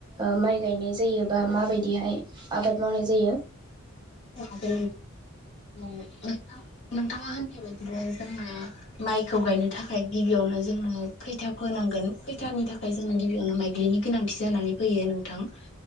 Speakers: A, on the right; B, on the left.
A: ओ माइ गायनाय जायो बा माबायदिहाय आबाद मावनाय जायो
B: हागोन नोंथां नोंथाङा होननाय बायदिनो जोंना माइखौ गायनो थाखाय गिबियावनो जोंनो खैथा फोनांगोन खैथानि थाखाय जोंना गिबियावनो माइलिनि गोनांथि जानानै फैयो नोंथां